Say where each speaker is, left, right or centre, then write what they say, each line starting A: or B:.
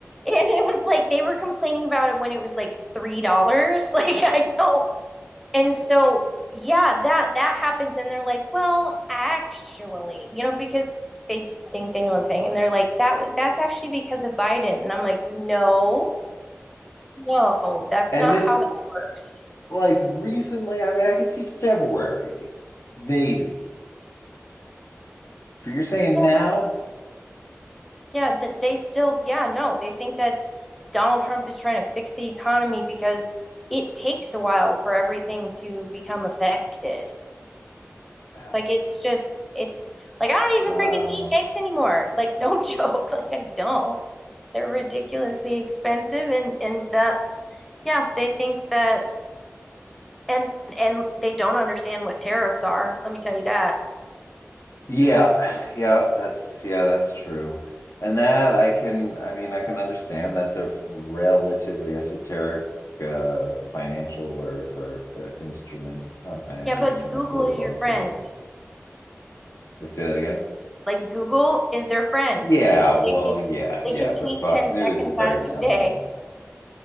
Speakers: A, in the centre; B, on the left.
A: it was like they were complaining about it when it was like three dollars. <laughs> Like I don't, and so yeah, that that happens, and they're like, well, actually, you know, because they think they know everything, and they're like that. was- That's actually because of Biden, and I'm like, no, no, that's
B: And
A: not
B: this,
A: how
B: is-
A: that works.
B: like recently, I mean, I could see February, maybe. But you're saying
A: Yeah,
B: now?
A: Yeah, they still, yeah, no, they think that Donald Trump is trying to fix the economy because it takes a while for everything to become affected.
B: uh,
A: Like it's just, it's like I don't even
B: Wow.
A: freaking eat eggs anymore. Like no joke, <laughs> like I don't. They're ridiculously expensive and and that's yeah, they think that and and they don't understand what tariffs are. Let me tell you that.
B: Yeah, yeah, that's yeah, that's true. And that I can, I mean, I can understand that's a f- relatively esoteric uh, financial or or uh, instrument, not a financial
A: Yeah, but
B: instrument,
A: Google
B: a political
A: is your friend.
B: tool. You say that again?
A: Like Google is their friend.
B: Yeah,
A: Like
B: well,
A: they can
B: yeah,
A: they
B: yeah,
A: can take
B: but Fox
A: 10
B: News
A: seconds
B: is already
A: out of
B: telling
A: their day.
B: them.